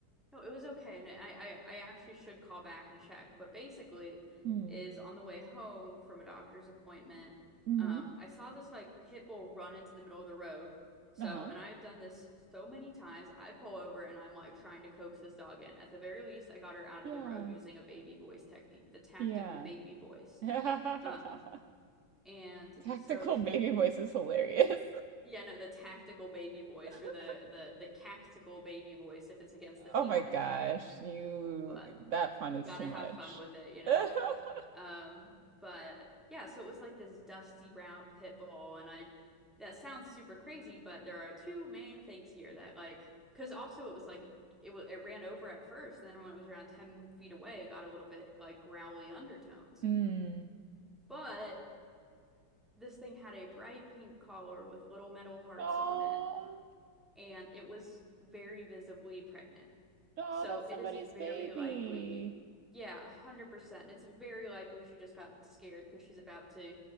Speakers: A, in the centre; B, on the right.
A: No, it was okay and I, I I actually should call back and check, but basically
B: Hmm.
A: is on the way home from a doctor's appointment,
B: Mm-hmm.
A: um I saw this like pit bull run into the middle of the road. So,
B: Uh-huh.
A: and I have done this so many times. I pull over and I'm like trying to coax this dog in. At the very least, I got her out of
B: Yeah.
A: the road using a baby voice technique, the tactical
B: Yeah.
A: baby voice.
B: <laughs>
A: Um, and
B: Tactical
A: so she
B: baby voice is hilarious.
A: yeah, no, the tactical baby voice
B: <laughs>
A: or the the the cactical baby voice if it's against the feline.
B: Oh my gosh, you
A: But
B: that fun
A: you
B: is
A: gotta
B: too
A: have
B: much.
A: fun with
B: <laughs>
A: it, you know? Um, but yeah, so it was like this dusty brown pit bull and like that sounds super crazy, but there are two main things here that like because also it was like it was it ran over at first and then when it was around 10 feet away, it got a little bit like growly undertones.
B: Mm.
A: But this thing had a bright pink collar with little metal hearts
B: Oh,
A: on it and it was very visibly pregnant.
B: no,
A: So
B: that's
A: it
B: somebody's
A: is very
B: baby.
A: likely, yeah, 100%. And it's very likely she just got scared because she's about to